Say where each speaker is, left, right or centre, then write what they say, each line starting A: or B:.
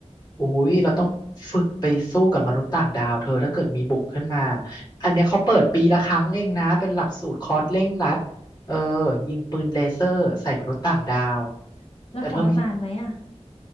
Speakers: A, on the left (about 35°); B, on the left (about 55°).
A: อุ้ย เราต้องฝึกไปสู้กับมนุษย์ต่างดาวเธอถ้าเกิดมีบุกขึ้นมา อันเนี้ยเขาเปิดปีละครั้งเองนะ เป็นหลักสูตรคอร์สเร่งรัด เออ ยิงปืนเลเซอร์ใส่มนุษย์ต่างดาว
B: แล้วคอร์สนานไหมอ่ะ
A: แต่เธอมี